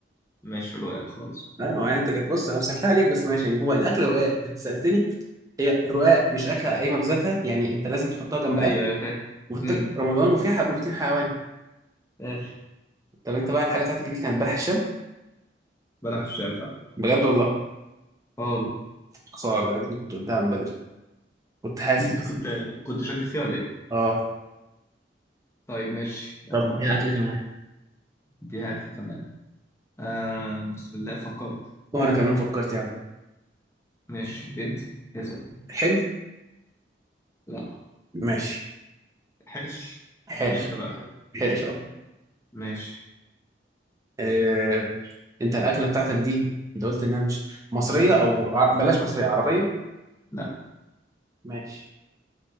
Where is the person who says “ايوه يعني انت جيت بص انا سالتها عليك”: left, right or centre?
Right